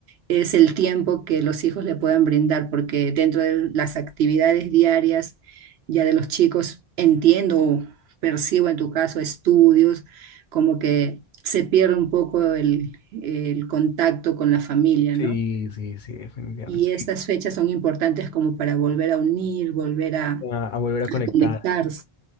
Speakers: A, on the right; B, on the left.
A: es el tiempo que los hijos le puedan brindar, porque dentro de las actividades diarias ya de los chicos, entiendo, percibo en tu caso estudios, como que se pierde un poco el, el contacto con la familia,
B: Sí,
A: ¿no?
B: sí, sí, definitivamente.
A: Y estas
B: sí.
A: fechas son importantes como para volver a unir, volver a
B: A, a volver a conectar,
A: conectarse.